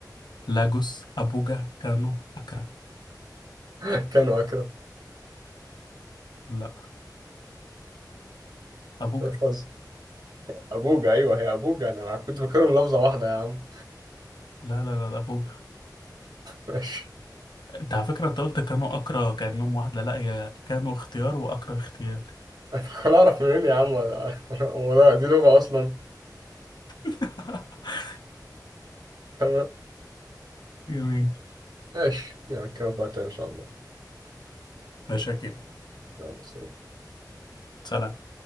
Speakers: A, on the left; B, on the right.
A: لاجوس ابوجا كانو اكرا
B: <laughs> كانوا أكرم
A: لا ابوجا
B: ده مش حظ أبوجا أيوة هي أبوجا أنا كنت فاكرهم لفظة واحدة يا عم
A: لا لا لا لا، ابوجا
B: ماشي
A: انت على فكرة انت قلت كانو اكرا كأنهم واحدة لا هي كانو اختيار واكرا اختيار
B: <laughs> أنا أعرف منين يا عم <laughs> ولا ولا دي لغة أصلا
A: <laughs>
B: تمام
A: جميل
B: ماشي يعني كان وقتها إن شاء الله
A: ماشي يا كيمو
B: يلا سلام
A: سلام